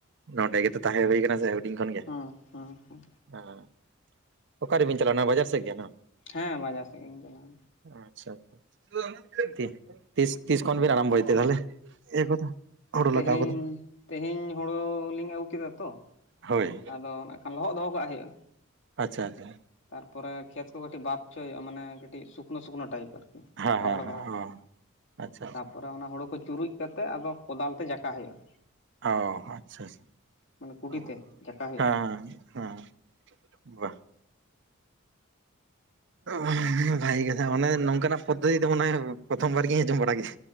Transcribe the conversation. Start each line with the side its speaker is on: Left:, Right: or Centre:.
Right: ᱱᱚᱸᱰᱮ ᱜᱮᱛᱚ ᱛᱟᱦᱮᱸ ᱦᱩᱭ ᱠᱟᱱᱟ ᱥᱮ ᱦᱩᱰᱤᱧ ᱠᱷᱚᱱ
Left: ᱦᱮᱸ
Right: ᱜᱮ,
Left: ᱦᱮᱸ ᱦᱮᱸ
Right: <inaudible> ᱚᱠᱟᱨᱮᱵᱤᱱ ᱪᱟᱞᱟᱭᱱᱟ ᱵᱟᱡᱟᱨ ᱥᱮ ᱜᱮ ᱢᱟ
Left: ᱦᱮᱸ ᱵᱟᱡᱟᱨ ᱥᱮᱫ ᱜᱮᱤᱧ ᱪᱟᱞᱟᱣ ᱱᱟ
Right: ᱟᱪᱪᱷᱟ ᱟᱪᱪᱷᱟ <inaudible> <unintelligible> ᱛᱤᱥ ᱛᱤᱥ ᱠᱷᱚᱱ ᱵᱤᱱ ᱟᱨᱟᱢᱵᱚᱭ ᱛᱮ ᱛᱟᱦᱚᱞᱮ ᱤᱭᱟᱹ ᱠᱚᱫᱚ᱾ ᱦᱳᱲᱳ
Left: ᱛᱤᱦᱤᱧ
Right: ᱞᱟᱜᱟᱣ ᱠᱚᱫᱚ
Left: ᱛᱤᱦᱤᱧ ᱦᱩᱲᱩ ᱞᱤᱧ ᱟᱹᱜᱩ ᱠᱮᱫᱟ ᱛᱚ
Right: ᱦᱳᱭ
Left: ᱟᱫᱚ ᱱᱟᱜ ᱠᱷᱟᱱ ᱞᱚᱦᱚᱫ ᱫᱚᱦᱚ ᱠᱟᱜ ᱦᱩᱭᱩᱜ-ᱟ
Right: ᱟᱪᱪᱷᱟ ᱟᱪᱪᱷᱟ,
Left: ᱛᱟᱨᱯᱚᱨᱮ ᱠᱷᱮᱛ ᱠᱚ ᱠᱟᱹᱴᱤᱡ ᱵᱟᱫᱽᱪᱚ ᱦᱩᱭᱩᱜ-ᱟ ᱢᱟᱱᱮ ᱠᱟᱹᱴᱤᱡ ᱥᱩᱠᱱᱳ ᱥᱩᱠᱱᱳ ᱴᱟᱭᱤᱯ ᱟᱨ
Right: ᱦᱮᱸ
Left: ᱨᱚᱦᱚᱲ
Right: ᱦᱮᱸ ᱦᱮᱸ
Left: ᱨᱚᱦᱚᱲ ᱛᱮ
Right: ᱚ ᱟᱪᱪᱷᱟ ᱟᱪᱪᱷᱟ
Left: ᱛᱟᱯᱚᱨ ᱚᱱᱟ ᱦᱩᱲᱩ ᱠᱩ ᱪᱩᱨᱩᱡ ᱠᱟᱛᱮᱜ ᱟᱫᱚ ᱠᱚᱫᱟᱞ ᱛᱮ ᱡᱟᱠᱟ ᱦᱩᱭᱩᱜ-ᱟ
Right: ᱚ ᱟᱪᱪᱷᱟ ᱟᱪᱪᱷᱟ
Left: ᱢᱟᱱᱮ ᱠᱩᱰᱤ
Right: ᱚ
Left: ᱛᱮ ᱡᱟᱠᱟ ᱦᱩᱭᱩᱜᱼᱟ
Right: ᱦᱮᱸ
Left: ᱟᱨᱠᱤ
Right: ᱟᱦᱟ ᱵᱟ, <inaudible> ᱵᱷᱟᱜᱤ ᱠᱟᱛᱷᱟ ᱚᱱᱮ ᱱᱚᱝᱠᱟᱱᱟᱜ ᱯᱚᱫᱽᱫᱷᱚᱛᱤ ᱫᱚ ᱢᱟᱱᱮ ᱯᱨᱚᱛᱷᱚᱢ ᱵᱟᱨ ᱜᱤᱧ ᱟᱸᱡᱚᱢ ᱵᱟᱲᱟ ᱜᱮ